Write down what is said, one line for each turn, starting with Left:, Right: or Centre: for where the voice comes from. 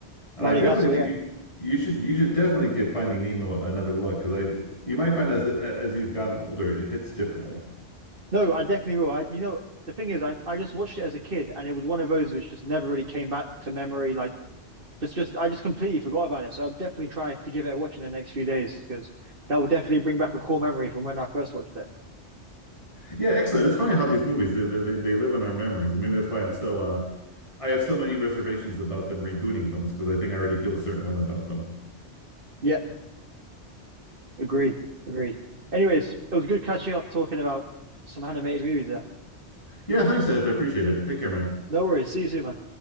Left: And
Right: Madagascar,
Left: I definitely think
Right: yeah.
Left: you you should you should definitely give Finding Nemo another look because I you might find as as you've gotten older it hits differently.
Right: No, I definitely will. I, you know, the thing is, I, I just watched it as a kid, and it was one of those which just never really came back to memory. Like just just I just completely forgot about it. So I'll definitely try to give it a watch in the next few days because that will definitely bring back a core memory from when I first watched it.
Left: Yeah, excellent. It's funny how these movies they, they they live in our memories, and maybe that's why I'm so uh I have so many reservations about them rebooting films because I think I already feel a certain way about them.
Right: Yeah, agreed, agreed. Anyways, it was good catching up talking about some animated movies there.
Left: Yeah, thanks, Ash. I appreciate it. Take care, man.
Right: No worries. See you soon, man.